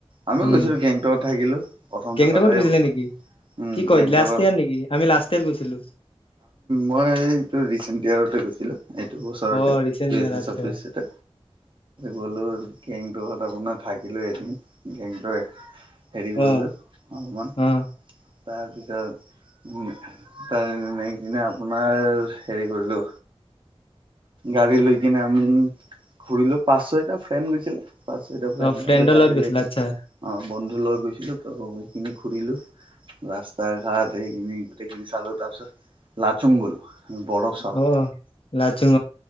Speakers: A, on the right; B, on the left.
A: আমিও
B: উম
A: গৈছিলো গেংটকত থাকিলো প্ৰথমতে
B: গেংটকত
A: তাতে
B: গৈছিলে
A: ওচৰত
B: নেকি
A: উম
B: কি কয়
A: গেংটক
B: লাষ্ট ইয়াৰ নেকি আমি লাষ্ট ইয়াৰ গৈছিলো
A: মই এইটো ৰিচেণ্ট ইয়াৰতে গৈছিলো এইটো বছৰতে
B: অ ৰিচেণ্ট
A: দুহেজাৰ
B: ইয়াৰ আচ্ছা
A: চৌব্বিশতে গলো গেংটকত আপোনাৰ থাকিলো এদিন গেংটোৰ হেৰি কৰিলোঁ
B: অ
A: অলপমান
B: অ
A: তাৰপিছত নেষ্ট দিনা আপোনাৰ হেৰি কৰিলো গাড়ী লৈ কিনে আমি ঘূৰিলো পাঁচ ছয়টা গৈছিলে পচো
B: অ ফ্ৰেণ্ডৰ
A: গাড়ী
B: লগত গৈছিলা
A: লকি
B: আচ্ছা
A: অ বন্ধু ল গৈছিলো ত সেইখিনি ঘূৰিলো ৰাস্তা ঘাট এইখিনি খিনি চালো তাৰ পিছত লাচুং গলো বৰফ চাবলৈ
B: অ লাচিং